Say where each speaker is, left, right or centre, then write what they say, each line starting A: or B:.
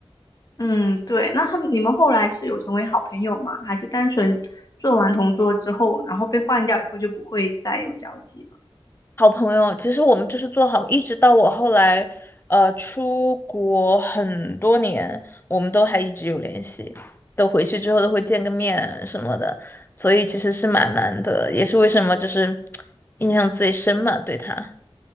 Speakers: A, on the left; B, on the left.
A: 嗯，对。那他们你们后来是有成为好朋友吗？还是单纯做完同桌之后，然后被换掉以后就不会再有交集了？
B: 好朋友，其实我们就是做好，一直到我后来，呃，出国很多年，我们都还一直有联系，都回去之后都会见个面什么的，所以其实是蛮难得，也是为什么就是印象最深嘛，对他。